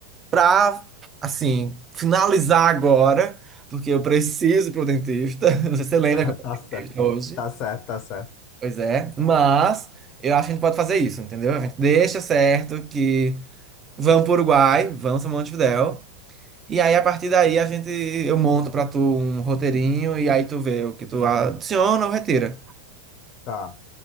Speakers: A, on the right; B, on the left.
A: pra, assim, finalizar agora, porque eu preciso ir pro dentista. <laughs> Não sei se você
B: <laughs>
A: lembra
B: tá,
A: que eu fui
B: tá
A: pro
B: certo.
A: dentista hoje.
B: Tá certo, tá certo.
A: Pois é, mas eu acho que a gente pode fazer isso, entendeu? A gente deixa certo que vamos pro Uruguai, vamos para Montevidéu, e aí a partir daí a gente eu monto pra tu um roteirinho e aí tu vê o que tu adiciona ou retira.
B: Tá.